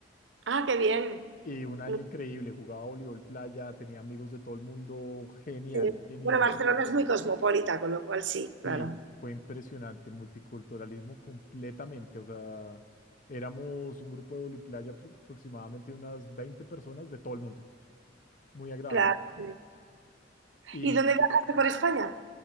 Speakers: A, on the right (about 75°); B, on the left (about 45°).
A: Ah, qué bien.
B: Y un año
A: Muy
B: increíble. Jugaba voleibol playa, tenía amigos de todo el mundo. Genial,
A: bien.
B: genial.
A: Bueno, Barcelona es muy cosmopolita, con lo cual sí, claro.
B: Sí, fue impresionante, multiculturalismo completamente, o sea, éramos un grupo de voliplaya apro- aproximadamente unas 20 personas de todo el mundo, muy agradable.
A: Claro.
B: Y
A: ¿Y dónde viajaste por España?